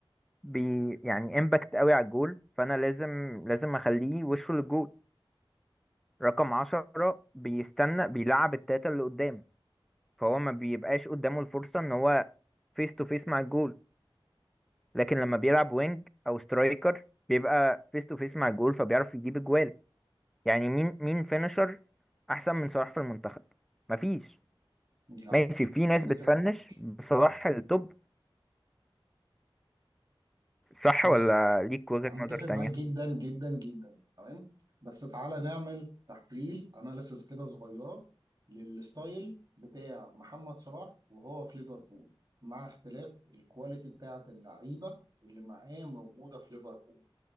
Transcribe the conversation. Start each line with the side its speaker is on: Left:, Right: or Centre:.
Centre: بي يعني امباكت قوي على الجول فانا لازم لازم اخليه وشه للجول رقم عشرة بيستنى بيلعب التلاتة اللي قدام فهو ما بيبقاش قدامه الفرصة ان هو فيس تو فيس مع الجول لكن لما بيلعب وينج او سترايكر بيبقى فيس تو فيس مع الجول فبيعرف يجيب اجوال يعني مين مين فينشر احسن من صلاح في المنتخب مفيش
Right: لا
Centre: ماشي في ناس
Right: هتفق
Centre: بتفنش
Right: معاك
Centre: بصلاح التوب صح
Right: بص
Centre: ولا ليك وجهة
Right: انا متفق
Centre: نظر
Right: معاك
Centre: تانية
Right: جدا جدا جدا تمام بس تعالى نعمل تحليل اناليسس كده صغيره للستايل بتاع محمد صلاح وهو في ليفربول مع اختلاف الكواليتي بتاعه اللعيبه اللي معاه موجوده في ليفربول